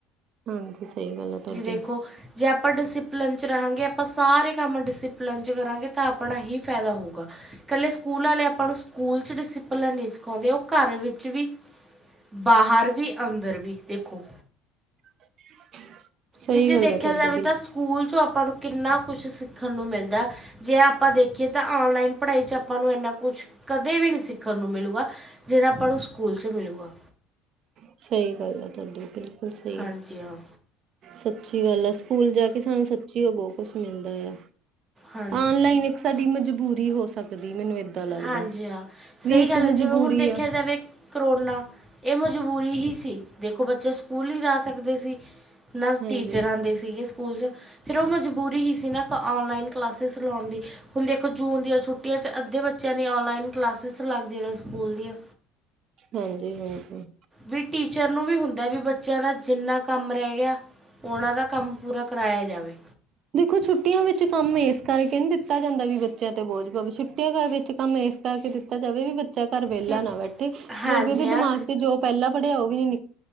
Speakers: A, on the right (about 50°); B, on the right (about 20°).
A: ਹਾਂਜੀ ਸਹੀ ਗੱਲ ਆ ਤੁਹਾਡੀ
B: ਵੀ ਦੇਖੋ ਜੇ ਆਪਾਂ ਡਿਸਿਪਲਨ ਚ ਰਹਾਂਗੇ ਆਪਾਂ ਸਾਰੇ ਕੰਮ ਡਿਸਿਪਲਨ ਚ ਕਰਾਂਗੇ ਤਾਂ ਆਪਾਂ ਆਪਣਾ ਹੀ ਫਾਇਦਾ ਹੋਉਗਾ ਇਕੱਲੇ ਸਕੂਲ ਵਾਲੇ ਆਪਾਂ ਨੂੰ ਸਕੂਲ ਚ ਡਿਸਪਲਨ ਨਹੀਂ ਸਖਾਉਂਦੇ ਉਹ ਘਰ ਵਿੱਚ ਵੀ ਬਾਹਰ ਵੀ ਅੰਦਰ ਵੀ ਦੇਖੋ
A: <inaudible>
B: ਵੀ ਜੇ
A: ਗੱਲ
B: ਦੇਖਿਆ
A: ਆ ਤੁਹਾਡੀ
B: ਜਾਵੇ
A: ਬਿਲਕੁਲ
B: ਤਾਂ ਸਕੂਲ ਚੋਂ ਆਪਾਂ ਨੂੰ ਕਿੰਨਾ ਕੁਛ ਸਿੱਖਣ ਨੂੰ ਮਿਲਦਾ ਜੇ ਆਪਾਂ ਦੇਖੀਏ ਤਾਂ ਔਨਲਾਈਨ ਪੜ੍ਹਾਈ ਚ ਆਪਾਂ ਨੂੰ ਇੰਨਾ ਕੁਛ ਕਦੇ ਵੀ ਨਹੀਂ ਸਿੱਖਣ ਨੂੰ ਮਿਲੇਗਾ ਜਿਹੜਾ ਆਪਾਂ ਨੂੰ ਸਕੂਲ 'ਚ ਮਿਲੁਗਾ
A: ਸਹੀ ਗੱਲ ਆ ਤੁਹਾਡੀ ਬਿਲਕੁਲ ਸਹੀ
B: ਹਾਂਜੀ
A: ਹੈ
B: ਹਾਂ
A: ਸੱਚੀ ਗੱਲ ਆ ਸਕੂਲ ਜਾ ਕੇ ਸਾਨੂੰ ਸੱਚੀ ਉਹ ਬਹੁਤ ਕੁਛ ਮਿਲਦਾ ਆ
B: ਹਾਂਜੀ
A: ਆਨਲਾਈਨ ਇੱਕ ਸਾਡੀ ਮਜਬੂਰੀ ਹੋ ਸਕਦੀ ਮੈਨੂੰ ਇਦਾਂ ਪਤਾ ਲੱਗਦਾ
B: ਹਾਂਜੀ ਹਾਂ
A: ਵੀ
B: ਸਹੀ
A: ਇੱਕ
B: ਗੱਲ ਹੈ
A: ਮਜਬੂਰੀ
B: ਜਿਵੇਂ ਹੁਣ ਦੇਖਿਆ
A: ਆ
B: ਜਾਵੇ ਕਰੋਨਾ ਇਹ ਮਜ਼ਬੂਰੀ ਹੀ ਸੀ ਦੇਖੋ ਬੱਚੇ ਸਕੂਲ ਹੀ ਜਾ ਸਕਦੇ ਸੀ ਨਾ
A: ਹਾਂਜੀ
B: ਟੀਚਰ ਆਉਂਦੇ ਸੀਗੇ ਸਕੂਲ ਚ ਫੇਰ ਉਹ ਮਜਬੂਰੀ ਹੀ ਸੀ ਨਾ ਔਨਲਾਈਨ ਕਲਾਸਿਸ ਲਾਉਣ ਦੀ ਹੁਣ ਦੇਖੋ ਜੂਨ ਦੀਆਂ ਛੁੱਟੀਆਂ ਚ ਅੱਧੇ ਬੱਚਿਆਂ ਨੇ ਔਨਲਾਈਨ ਕਲਾਸਿਸ ਲੱਗਦੀਆਂ ਨੇ ਸਕੂਲ ਦੀਆਂ
A: ਹਾਂਜੀ ਹਾਂਜੀ
B: ਵੀ ਟੀਚਰ ਨੂੰ ਵੀ ਹੁੰਦਾ ਵੀ ਬੱਚਿਆਂ ਦਾ ਜਿੰਨਾ ਕੰਮ ਰਹਿ ਗਿਆ ਉਹਨਾਂ ਦਾ ਕੰਮ ਪੂਰਾ ਕਰਾਇਆ ਜਾਵੇ
A: ਤੇ ਛੁੱਟੀਆਂ ਵਿੱਚ ਕੰਮ ਐ ਕਰਕੇ ਨੀ ਦਿੱਤਾ ਜਾਂਦਾ ਵੀ ਬੱਚਿਆਂ ਤੇ ਬੋਝ ਪਵੇ ਛੁੱਟੀਆਂ ਵਿੱਚ ਕੰਮ ਇਸ ਕਰਕੇ ਦਿੱਤਾ ਜਾਵੇ ਵੀ ਬ ਬੱਚਾ ਘਰ ਵਿਹਲਾ
B: ਕਿ
A: ਨਾ ਬੈਠੇ
B: ਹਾਂਜੀ
A: ਜੋ ਕਿ ਉਹਦੇ
B: ਹਾਂ
A: ਦਿਮਾਗ ਚ ਜੋ ਪਹਿਲਾਂ ਪੜ੍ਹਿਆ ਉਹ ਵੀ ਨ